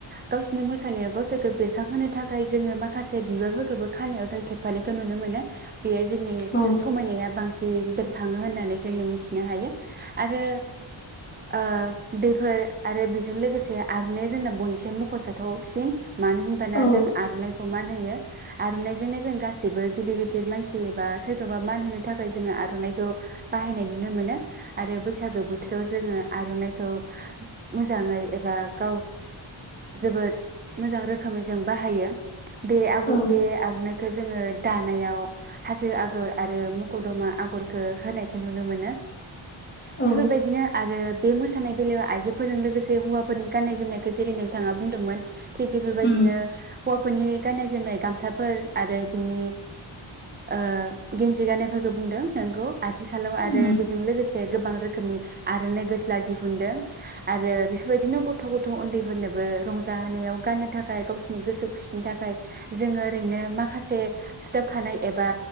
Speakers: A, on the right (about 25°); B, on the left (about 20°).
A: गावसोरनि मोसानाया गावसोरखो बेरखांहोनो थाखाय जोङो माखासे बिबारफोरखोबो खानायाव जों थेबफानायखो नुनो मोनो। बेयाय जोंनि
B: औ
A: समायनाया बांसि न बेरखाङो होननानै जोङो मिथिनो हायो आरो ओ बेफोर आरो बेजों लोगोसे आर'न्नाया जोंना बयनिसाय मख'जाथावसिन। मानो होनबाना
B: औ
A: जों आर'नाइख खौ मा नोङो आर'नाइजोंनो जों गाैबो गिदिर गिदिर मानसि एबा सोरखौबा मान होनो थाखाय जोङो आर'नाइखौ बाहायनाय नुनो मोनो। आरो बैसागो बोथोराव जोङो आर'नाइखौ मोजाङै एबा गाव जोबोद मोजां रोखोमै जों बाहायो। बे आग
B: औ
A: बे आरनाइ जोङो दानायाव हाजो आगर आरो मखदमा आगरखौ होनायखौ नुनो मोनो।
B: औ
A: बेफोरबायदिनो आरो बे मोसानाय बेलायाव आइजोफोरजों लोगोसे हौवाफोरनि गान्नाय जोमनायखौ जेरै नोंथाङा बुंदोंमोन थिग बेफोरबायदिनो
B: उम
A: हौवाफोरनि गाननाय जोमनाय गामसाफोर आरो बिनि ओ गेन्जि गानायफोरखौ बुंदों नोंगौ आथिखालाव आरो
B: उम
A: बेजों लोगोसे गोबां रोखोमनि आर'नाइ गस्ला दिहुनदों आरो बेफोरबायदिनो गथ' गथ' उन्दैफोरनोबो रंजाहोनायाव थाखाय गावसिरनि गोसो खुसिनि थाखाय जोङो ओरैनो माखासे सिथाबखानाय एबा